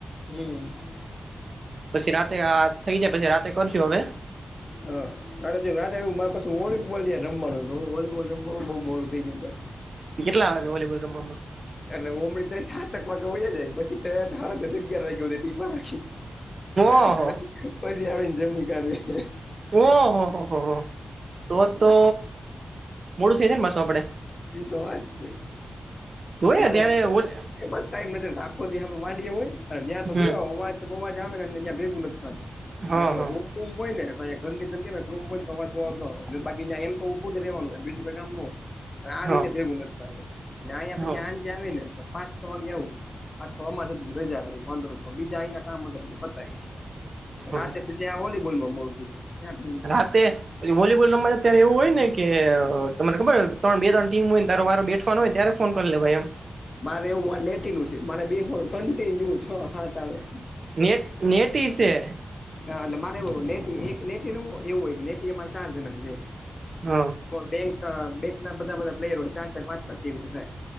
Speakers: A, on the left; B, on the right.
A: હમ.
B: પછી રાતે આ થઈ જાય પછી રાતે કરશું હવે.
A: હા. અરે વાત એવી મારે પાછું વોલીબોલ રમવાનું વોલીબોલ રમવા બહુ મોડું થઈ જાય પાછું
B: કેટલા આવે છે વોલીબોલ રમવામાં.
A: એટલે ઉમડી થઇ સાતક વાગે હોય જાય પછી ઠેઠ સાડા દશ અગિયાર વાગ્યે સુધી ટીપા રાખી.
B: ઓહો
A: પછી પછી આવીને જમી કરીએ
B: ઓહ હો હો હો તો તો મોડું થઈ જાયનેં પાછું આપડે.
A: ઈ તો વાત છે.
B: જોય
A: મારે
B: ત્યારે
A: એટલે
B: ઓલ
A: એમાં જ ટાઈમ નથી આખો દી આમ વાડીએ હોય અને ન્યા તો
B: હમ
A: જોઈ આવો આવજ બઉ આવાજ આવે ને ભેગું નથી થતું
B: હા
A: ન્યાં ઓલા
B: હા
A: રૂમ કુંભય ને તો અં ઘરની જે કે કુંભ હો તો અવાજ બવજ ના આવે હતો બાકી એમ તો ઉભું જ રહેવાનું બીજું કઈ કામ ન હોય. પણ આ રીતે
B: હા
A: ભેગું નથી થતું અને અયા પછી
B: હા
A: આજે આવી ને તો પાંચ છ વાગે આવું. આ ચોમાસ રજા હતી બીજા આઇના કામ બધા પતાવી. દીધા
B: હા
A: રાતે પછી આ વોલીબોલ માં મોડું થઈ જાય ન્યા ભેગું નથી
B: રાતે.
A: થતું.
B: વોલીબોલ રમવામાં અત્યારે એવું હોય ને કે તમને ખબર ત્રણ બે ત્રણ ટીમ હોયને તારો વારો બે. ફોન હોય ત્યારે ફોન કરી લેવાય એમ.
A: મારે એવું લેટીનું છે મારે બેહવાનું કન્ટિન્યુ છ હાત આવે.
B: નેટ નેટી છે.
A: હ એટલે મારે ને એક નેટી રમ એવું નેટી અમારે ચાર જણા છે.
B: હા
A: બેંક ના બેંક ના બધા બધા પ્લેયર હોય ચાર ચાર પાંચ ટીમ થાય.